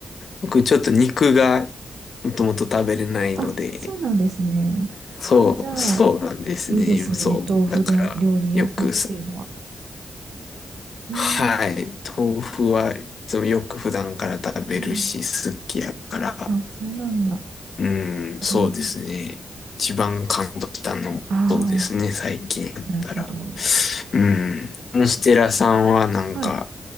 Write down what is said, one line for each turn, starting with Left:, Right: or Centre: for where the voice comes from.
Left: 僕ちょっと肉がもともと食べれないので、
Right: あ、そうなんですね。
Left: そう、
Right: あ、じゃあ、
Left: そうなんですね。
Right: いいですね。
Left: そう。
Right: 豆腐料料理屋さんっていうのは。
Left: だから、よくさ
Right: えー、
Left: はい。豆腐はいつもよく普段から食べるし、
Right: うん。
Left: 好きやから。
Right: あ、そうなんだ。
Left: うん、そうですね。
Right: うん、
Left: 一番感動したのもそうですね、
Right: ああ、
Left: 最近だったら。
Right: なるほど。
Left: うん。ステラさんはなんか
Right: はい。